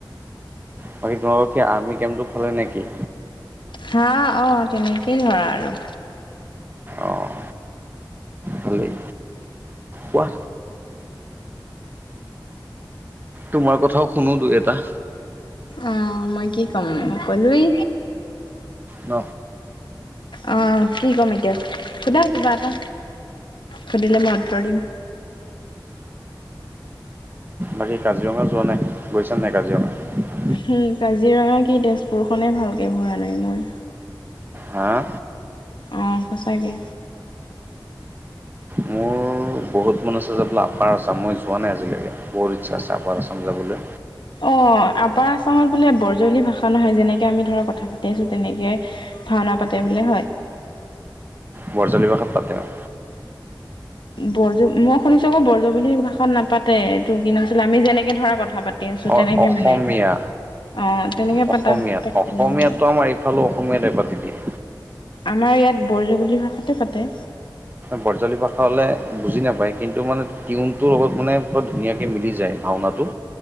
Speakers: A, on the right (about 25°); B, on the left (about 80°).
A: বাকী তোমালোকৰ কি আৰ্মি কেমটো ফালে নে কি?
B: হা অ তেনেকেই ধৰা আৰু।
A: অ' ভালেই। কোৱা তোমাৰ কথাও শুনো দুই এটা।
B: অঁ মই কি ক'ম‌ ক'লোই।
A: ন।
B: অ কি ক'ম এতিয়া সোধা কিবা এটা। শুধিলে মই উতৰ দিম।
A: বাকী কাজিৰঙা যোৱা নাই গৈছা নাই কাজিৰঙা?
B: হুম কাজিৰঙা কি তেজপুৰ খনে ভালকে ঘূৰা নাই মই।
A: হাঁ।
B: অঁ সঁচাকে।
A: মোৰ বহুত মন আছে যাবলে আপাৰ আচাম মই যোৱা নাই আজিলৈকে। বহুত ইচ্ছা আছে আপাৰ আছাম যাবলৈ।
B: অঁ আপাৰ আসামত বোলে বৰজলি ভাষা নহয় যেনেকে আমি ধৰক কথা পাতি আছো তেনেকে ভাওনা- পাতে বোলে হয়।
A: বৰজলী ভাষাত পাতে অঁ।
B: বৰজ মই শুনিছো আকৌ বৰজাৱলী ভাষাত নাপাতে। এইটো কি নাম আছিলে আমি যেনেকে ধৰা কথা পা- পাতি আছো
A: অ
B: তেনেকে
A: অসমীয়া
B: মানে। অঁ তেনেকে
A: অসমীয়াত
B: পতা পাতে
A: অসমীয়াটো
B: বুলি।
A: আমাৰ এইফালে অসমীয়াতে পাতি দিয়ে
B: আমাৰ ইয়াত বৰজৱলি ভাষাতে পাতে।
A: বৰজাৱলী ভাষা হ'লে বুজি নাপায় কিন্তু মানে টিউনটোৰ লগত মানে ধুনীয়াকৈ মিলি যায়। ভাওনাটো